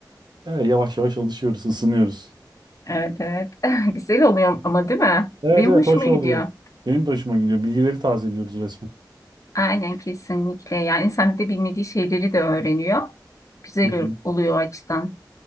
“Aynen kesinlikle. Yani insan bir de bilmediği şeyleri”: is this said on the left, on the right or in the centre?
Left